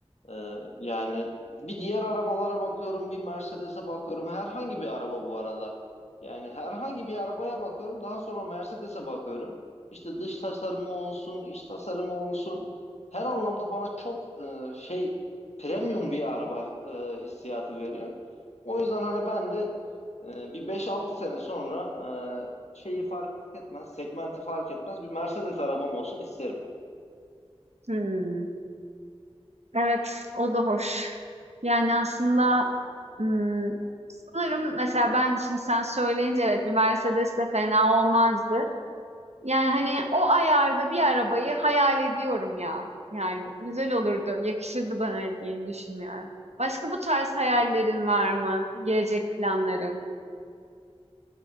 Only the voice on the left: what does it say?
Ee, yani bir diğer arabalara bakıyorum, bir Mercedes'e bakıyorum. Herhangi bir araba bu arada. Yani herhangi bir arabaya bakıyorum. Daha sonra Mercedes'e bakıyorum. İşte dış tasarımı olsun, iç tasarımı olsun. Her anlamda bana çok e, şey premium bir araba e, hissiyatı veriyor. O yüzden hani ben de e, bir beş altı sene sonra e, şeyi fark etmez, segmenti fark etmez bir Mercedes arabam olsun isterim.